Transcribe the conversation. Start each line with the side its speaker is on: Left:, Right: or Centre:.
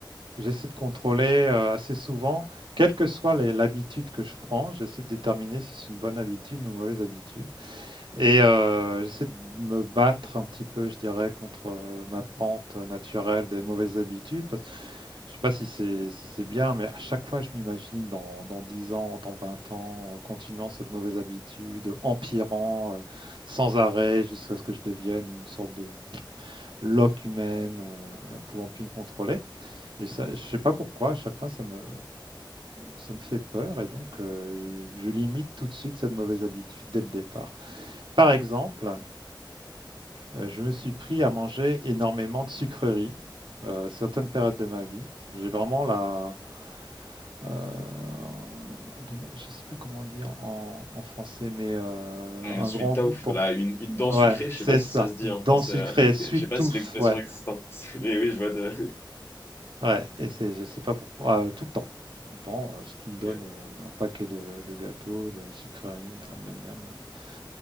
Right: que j'essaie de contrôler euh, assez souvent, quelle que soit les- l'habitude que je prends, j'essaie de déterminer si c'est une bonne habitude ou une mauvaise habitude. Et euh, j'essaie de me battre un petit peu, je dirais, contre euh, ma pente naturelle des mauvaises habitudes. Parce, je sais pas si c'est si c'est bien, mais à chaque fois, je m'imagine dans, dans 10 ans, dans 20 ans, en continuant cette mauvaise habitude, empirant euh, sans arrêt jusqu'à ce que je devienne une sorte de lock humaine euh, pouvant plus me contrôler. Et ça, je sais pas pourquoi, à chaque fois ça me, ça me fait peur et donc euh, je limite tout de suite cette mauvaise habitude dès le départ. Par exemple, euh, je me suis pris à manger énormément de sucreries euh, à certaines périodes de ma vie. J'ai vraiment la, euh, je sais pas comment dire en, en français, mais euh,
Left: Euh,
Right: un
Left: sweet
Right: grand
Left: tooth,
Right: goût pour.
Left: là, une, une dent
Right: Ouais,
Left: sucrée, je
Right: c'est
Left: sais pas si
Right: ça.
Left: ça se dit
Right: Une
Left: en
Right: dent
Left: français.
Right: sucrée,
Left: <laughs>
Right: sweet
Left: Je sais pas
Right: tooth,
Left: si l'expression
Right: ouais,
Left: existe en français, mais oui, je vois de...
Right: ouais. Et c'est, je sais pas pourquoi, euh, tout le temps. Bon, euh, si tu
Left: <laughs>
Right: me donne euh, un paquet de, de gâteaux, de sucreries, miam miam miam. euh.